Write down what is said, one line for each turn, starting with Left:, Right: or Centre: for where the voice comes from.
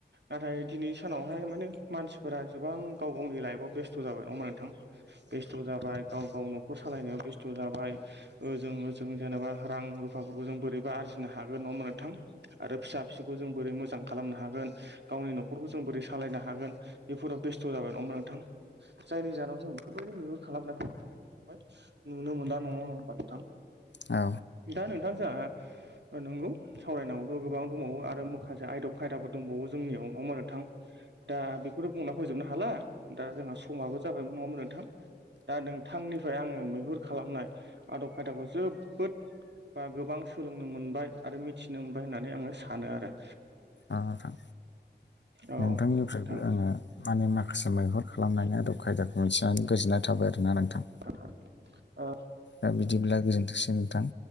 Right: नाथाय दिनै सानावहाय माने मानसिफोरा गोबां गाव गावनि लाइफआव बेस्थ' जाबाय नङा होमबा नों नोंथां बेस्थ' जाबाय गाव गाव न'खर सालायनायाव बेस्थ' जाबाय। ओजों ओजों जेनेबा रां रुफाफोरखौ जों बोरैबा आरजिनो हागोन न‌ङा‌ होमबा नोंथां। आरो फिसा फिसौखौ जों बोरै मोजां खालामनो हागोन गावनि न'खरखौ जों बोरै सालायनो हागोन बेफोराव बेस्थ' जाबाय नङा होनबा नोंथां। जायनि जाहोनाव जों बेफोरबायदि मैहुर खालामनायखौ नुनो मोनला नङा नङा होमबा नोंथां।
Left: औ
Right: दा नोंथां जोंहा नंगौ सावरायनांगौयाथ' गोबां दंबावो आरो माखासे आयदब खायदाफोर दंबावो जोंनियाव नङा होमबा नोंथां दा बेखौथ' बुंना फोजोबनो हाला दा जोंहा समाबो जाबायमोन नङामोन नोंथां दा नोंथांनि फ्राय आङो मैहुर खालामनाय आदब खायदाखौ जोबोद बा गोबां सोलोंनो मोनबाय आरो मिथिनो मोनबाय होननानै आङो सानो आरो।
Left: ओ नोंथां
Right: औ नोंथां
Left: नोंथांनिफ्रायबो आङो माने माखासे मैहुर खालामनानै आरो खायदाखौ मिथिनानै गोजोननाय थाबाय आरोना नोंथां।
Right: ओ
Left: दा बिदिब्ला गोजोन्थोंसै नोंथां।